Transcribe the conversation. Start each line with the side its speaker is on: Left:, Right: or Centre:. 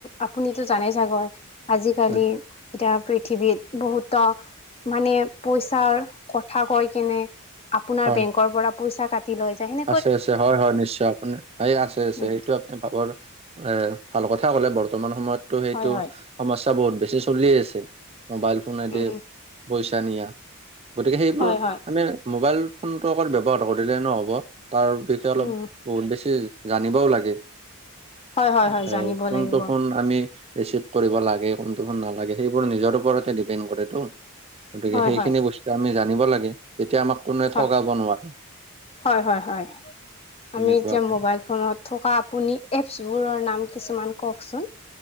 Left: আপুনিতো জানে চাগৈ আজিকালি
Right: হয়,
Left: এতিয়া পৃথিৱীত, বহুতো মানে পইচাৰ কথা কৈ কেনে, আপোনাৰ
Right: হয়।
Left: বেংকৰ পৰা পইচা কাটি লৈ যায় সেনে
Right: আছে আছে হয় হয় নিশ্চয় আপোনি এই আছে আছে
Left: উম
Right: সেইটো ভাবৰ এ ভাল কথাই ক'লে বৰ্তমান সময়তটো সেইটো
Left: হয় হয়
Right: সমস্যা বহুত বেছি চলিয়ে আছে মোবাইল ফোনে দি
Left: উম
Right: পইচা নিয়া। গতিকে সেইবোৰ
Left: হয় হয়
Right: আমি মোবাইল ফোনটো অকল ব্যৱহাৰ কৰিলে নহ'ব তাৰ উদ্দেশ্যে অলপ
Left: উম
Right: বহুত বেছি জানিবও লাগে
Left: হয় হয়
Right: আ
Left: হয় জানিব
Right: এ কোনটো
Left: লাগিব
Right: ফোন আমি ৰিচিভ কৰিব লাগে কোনটো ফোন নালাগে সেইবোৰ নিজৰ ওপৰতে ডিপেণ্ড কৰেটো। গতিকে
Left: হয়
Right: সেইখিনি
Left: হয়
Right: বস্তু আমি জানিব লাগে তেতিয়া আমাক কোনোৱে
Left: হয়
Right: ঠগাব নোৱাৰে।
Left: হয়, হয়, হয়,
Right: তেনেকুৱাকে।
Left: আমি এতিয়া মবাইল ফোনত থকা আপুনি এপচবোৰৰ নাম কিছুমান কওঁকচোন